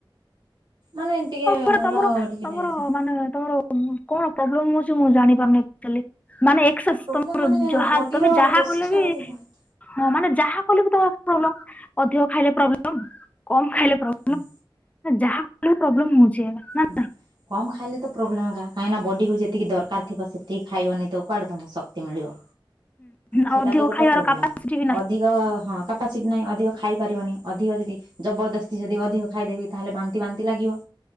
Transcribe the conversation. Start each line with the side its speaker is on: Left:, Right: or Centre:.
Right: ମାନେ ଟିକେ
Left: କଣ
Right: ଭଲ
Left: ତମର
Right: ଟିକେ ଡାଇସ
Left: <unintelligible> କଣ ପ୍ରୋବ୍ଲେମଉଛି ମୁଁ ଜାଣି ପାରୁନି। ମାନେ ତମର
Right: ପ୍ରୋବ୍ଲେମ ମାନେ
Left: ଯାହା
Right: ବଡିର
Left: ତମେ ଯାହା
Right: ପ୍ରୋସେସ
Left: କଲେ
Right: ଟା
Left: ବି
Right: ବୋଧେ ବହୁତ
Left: ହଁ ମାନେ ଯାହା କଲେ ବି ତ ପ୍ରୋବ୍ଲେମ ଅଧିକ ଖାଇଲେ ପ୍ରୋବ୍ଲେମ କମ୍ ଖାଇଲେ ପ୍ରୋବ୍ଲେ।
Right: ହୁଁ।
Left: ଯାହା <inaudible> ପ୍ରୋବ୍ଲେମ ହଉଛି ନା
Right: ହୁଁ। କମ୍ ଖାଇଲେ ତ ପ୍ରୋବ୍ଲେମ୍ ଏକା କାହିଁକି ବଡିକୁ ଯେତିକି ଦରକାର ଥିବ ସେତିକି ଖାଇବନି ତ କୁଆଡେମକୁ ଶକ୍ତି ମିଳିବ। ସେଟା
Left: ହୁଁ ଅଧିକ
Right: ତ ଗୋଟେ
Left: ଖାଇବାର
Right: ପ୍ରୋବ୍ଲେମ
Left: କାପାସିଟି ବି ନାହିଁ
Right: ଅଧିକ ହଁ କ୍ୟାପାସିଟି ନାହିଁ ଅଧିକ ଖାଇପାରିବନି ଅଧିକ ଯଦି ଜବରଦସ୍ତି ଯଦି ଅଧିକ ଖାଇଦେବି ତାହେଲେ ବାନ୍ତି ବାନ୍ତି ଲାଗିବ।